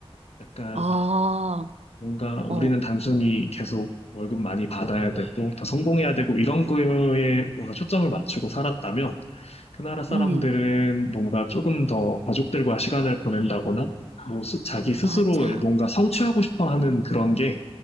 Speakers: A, on the left; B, on the right.
A: 약간
B: 아,
A: 뭔가 우리는
B: 어,
A: 단순히 계속 월급 많이 받아야 되고 더 성공해야 되고 이런 거에 뭔가 초점을 맞추고 살았다면 그 나라 사람들은
B: 음,
A: 뭔가 조금 더 가족들과 시간을 보낸다거나, 뭐, 스- 자기 스스로
B: 맞아.
A: 뭔가 성취하고 싶어 하는 그런 게